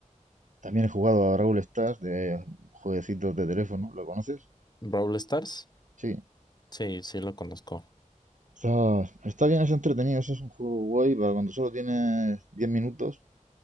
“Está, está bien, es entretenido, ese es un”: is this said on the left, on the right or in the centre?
Right